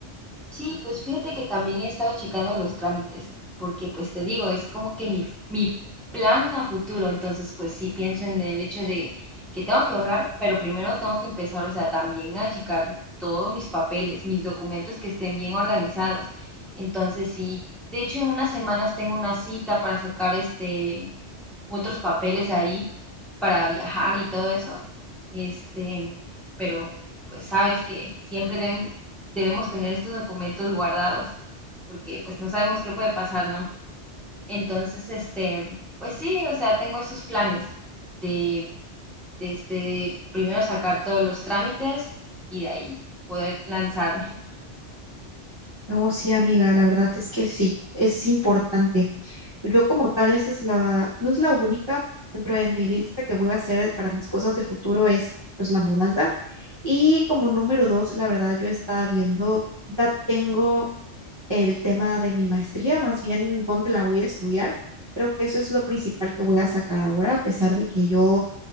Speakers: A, in the centre; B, on the right.
A: Sí, pues fíjate que también he estado checando los trámites, porque pues te digo, es como que mi, mi plan a futuro, entonces pues sí pienso en el hecho de que tengo que ahorrar, pero primero tengo que empezar, o sea, también a checar todos mis papeles, mis documentos que estén bien organizados. Entonces sí, de hecho en unas semanas tengo una cita para sacar este otros papeles ahí para viajar y todo eso. Este, pero pues sabes que siempre deben, debemos tener estos documentos guardados porque pues no sabemos qué puede pasar, ¿no? Entonces, este, pues sí, o sea, tengo esos planes de, de, este, de primero sacar todos los trámites y de ahí poder lanzarme.
B: Oh, sí, amiga, la verdad es que sí, es importante. Yo como tal, esa es la, no es la única dentro de mi lista que voy a hacer para mis cosas de futuro es pues la mudanza. Y como número dos, la verdad, yo estaba viendo, ya tengo el tema de mi maestría, más bien dónde la voy a estudiar. Creo que eso es lo principal que voy a sacar ahora, a pesar de que yo